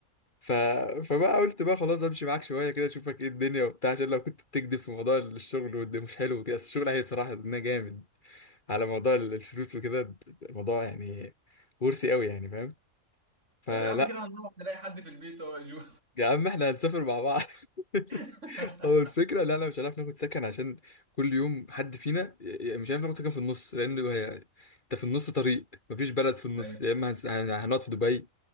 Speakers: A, on the left; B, on the right.
A: ف... فبقى قلت بقى خلاص امشي معاك شويه كده اشوفك ايه الدنيا وبتاع عشان لو كنت بتكذب في موضوع الشغل وده مش حلو وكده بس الشغل هي صراحه ده جامد على موضوع ال- الفلوس وكده الموضوع يعني ورثي قوي يعني فاهم؟ فلا
B: طب يا عم كده هنروح نلاقي حد في البيت هو يا جو
A: يا عم احنا هنسافر مع بعض <laughs>
B: <laughs>
A: هو الفكرة لا لا مش هنعرف ناخد سكن عشان كل يوم حد فينا ي- ي- مش هنعرف ناخد سكن في النص لأن هي أنت في النص طريق مفيش بلد في النص
B: ايوه
A: يا إما هنس- هن- هنقعد في دبي